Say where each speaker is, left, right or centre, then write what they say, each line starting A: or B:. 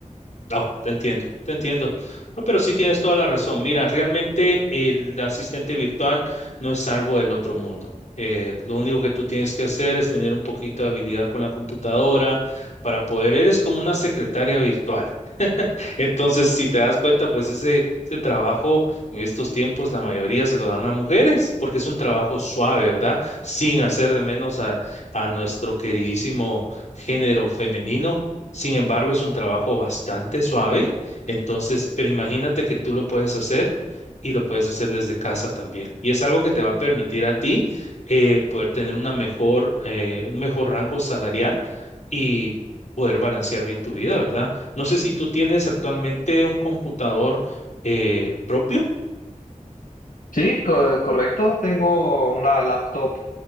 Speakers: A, on the left; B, on the left.
A: No, te entiendo, te entiendo. No, pero sí tienes toda la razón. Mira, realmente el asistente virtual no es algo del otro mundo. Eh, lo único que tú tienes que hacer es tener un poquito de habilidad con la computadora para poder, eres como una secretaria virtual. Entonces, si te das cuenta, pues ese, ese trabajo en estos tiempos la mayoría se lo dan a mujeres, porque es un trabajo suave, ¿verdad? Sin hacer de menos a, a nuestro queridísimo género femenino. Sin embargo, es un trabajo bastante suave. Entonces, pero imagínate que tú lo puedes hacer y lo puedes hacer desde casa también. Y es algo que te va a permitir a ti eh, poder tener una mejor, eh, un mejor rango salarial y poder balancear bien tu vida, ¿verdad? No sé si tú tienes actualmente un computador eh, propio.
B: Sí, co- correcto, tengo una laptop